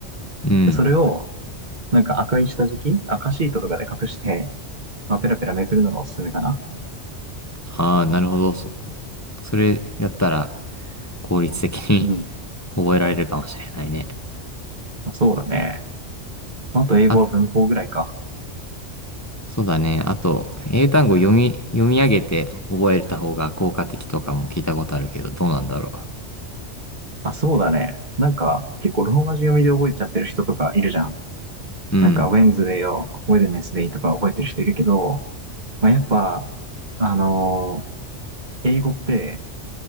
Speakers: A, on the left (about 15°); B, on the right (about 40°).
A: うん。
B: でそれを、なんか赤い下敷き赤シートとかで隠して、まあ、ペラペラめくるのがおすすめかな。
A: ああ、なるほど。そ、それやったら、効率的に
B: うん。
A: <laughs> 覚えられるかもしれないね。
B: そうだね。あと英語は文法ぐらいか。
A: あそうだね。あと、英単語読み、読み上げて覚えた方が効果的とかも聞いたことあるけど、どうなんだろ
B: あ、そうだね。なんか、結構ローマ字読みで覚えちゃってる人とかいるじゃん。
A: う。うん。
B: なんか、ウェンズデーを、ウェデネスデイとか覚えてる人いるけど、まあ、やっぱ、あのー英語って